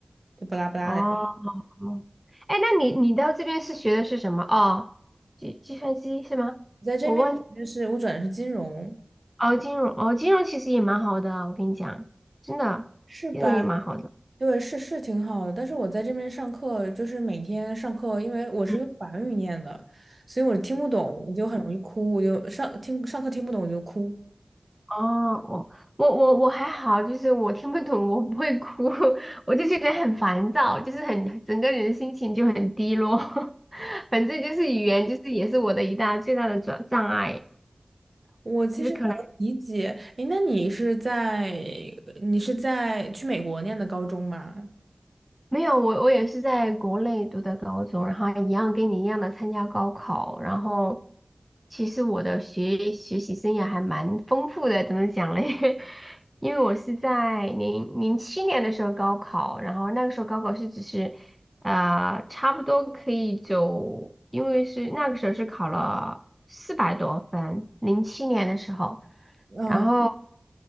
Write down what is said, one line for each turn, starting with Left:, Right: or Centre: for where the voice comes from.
Right: 就不拉不拉的。
Centre: 哦，哦哎，那你你到这边是学的是什么？哦，计计算机是吗？
Right: 在这边就是我转的是金融，
Centre: 我忘记哦，金融哦，金融其实也蛮好的，我跟你讲，真的，
Right: 是吧？
Centre: 金融也蛮好的。
Right: 对，是是挺好的，但是我在这边上课，就是每天上课，因为我是用法语念的，
Centre: 嗯。
Right: 所以我听不懂，我就很容易哭，我就上听上课听不懂我就哭。
Centre: 哦，我我我我还好，就是我听不懂，我不会哭，<laughs> 我就觉得很烦躁，就是很整个人心情就很低落。<laughs> 反正就是语言，就是也是我的一大最大的障障碍，
Right: 我其实能理解，
Centre: 就是可能。
Right: 诶，那你是在你是在去美国念的高中吗？
Centre: 没有，我我也是在国内读的高中，然后一样跟你一样的参加高考，然后其实我的学学习生涯还蛮丰富的，怎么讲嘞？<laughs> 因为我是在零零七年的时候高考，然后那个时候高考是只是啊、呃差不多可以走，因为是那个时候是考了四百多分，零七年的时候，
Right: 嗯，
Centre: 然后